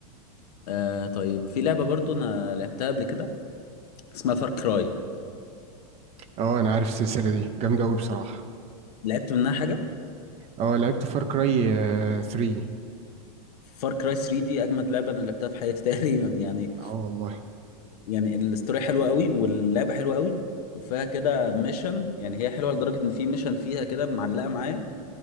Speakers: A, on the left; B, on the right.
A: آه طيب في لعبه برضو انا لعبتها قبل كده اسمها فار كراي
B: اه انا عارف السلسلة دي جامدة قوي بصراحة
A: لعبت منها حاجه
B: اه لعبت فار كراي 3
A: فار كراي 3 دي اجمد لعبه انا لعبتها في حياتي <laughs> تقريبا يعني
B: اه والله
A: يعني الاستوري حلوه قوي واللعبه حلوه قوي وفيها كده ميشن يعني هي حلوه لدرجه ان في ميشن فيها كده معلقه معايا